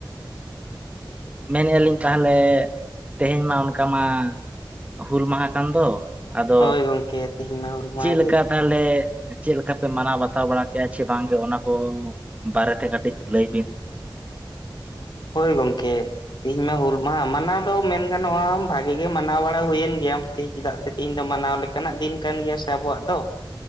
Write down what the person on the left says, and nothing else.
ᱦᱳᱭ ᱜᱚᱝᱠᱮ ᱛᱤᱦᱤᱧ ᱢᱟ ᱦᱩᱞ ᱢᱟᱦᱟ
ᱜᱮ
ᱦᱳᱭ ᱜᱚᱝ ᱠᱮᱻ ᱛᱤᱦᱤᱧ ᱢᱟ ᱦᱩᱞ ᱢᱟᱦᱟ ᱢᱟᱱᱟᱣ ᱫᱚ ᱢᱮᱱ ᱜᱟᱱᱚᱜᱼᱟ ᱵᱷᱟᱜᱮ ᱜᱮ ᱢᱟᱱᱟᱣ ᱵᱟᱲᱟ ᱦᱳᱭ ᱮᱱ ᱜᱮᱭᱟ ᱛᱮᱦᱮᱧ ᱫᱟᱜ ᱛᱮ ᱛᱮᱦᱤᱧ ᱫᱚ ᱢᱟᱱᱟᱣ ᱞᱮᱠᱟᱱᱟᱜ ᱫᱤᱱ ᱠᱟᱱ ᱜᱮᱭᱟ ᱥᱮ ᱟᱵᱚᱣᱟᱜ ᱫᱚ